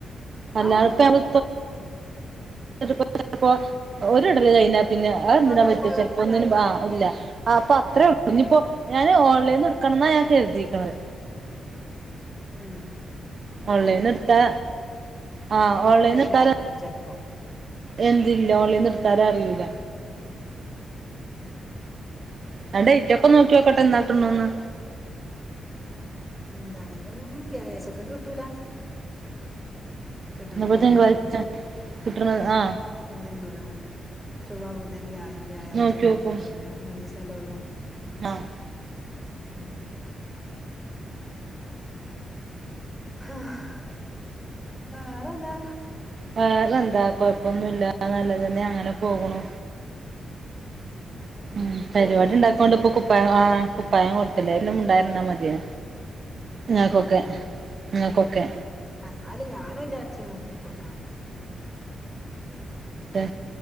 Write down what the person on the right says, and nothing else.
അല്ലാ
ഇപ്പ അവി പൈ ഒ ഇടൽ കഴിഞ്ഞ പിന്നെ അതെന്തിനാ
പറ്റ ചെലപ്പോ ഒന്നിനും ആഹ് ഇല്ല അപ്പൊ അത്രേ ഉള്ളൂ
ഇഞ്ഞിപ്പോ ഞാൻ ഓൺലൈൻ ട്ക്കണം ന്നാ ഞാൻ കരുതീക്ക്ണെ
ഓൺലൈനിന്ന്
എടുത്താ ആ ഓൺലൈനിന്ന്
എടുത്താല്
എന്തില്ല ഓൺലൈൻ എടുത്താലും അറിയൂല്ല
ഞാൻ ഡേറ്റ് ഒക്കെ നോക്കിവെക്കട്ടെ എന്നാ കിട്ടുണോന്ന്
ഇന്നിപ്പോ
തിങ്കളാഴ്ച കിട്ടണത് ആ
നോക്കിയോക്കും
ആഹ്
വേറെന്താ കൊഴപ്പന്നുല്ല എല്ലാം നല്ലതന്നെ അങ്ങനെ പോകുണു
ആഹ്
പരിപാടി ഉണ്ടായപ്പം പ്പാണ്ട്പ്പം കുപ്പായം ആഹ് കുപ്പായം കൊടുത്തിലെ അതു പിന്നെ മിണ്ടാതിരുന്നാ മതിയോ ഇങ്ങക്കൊക്കെ
ഇങ്ങക്കൊക്കെ
അതെ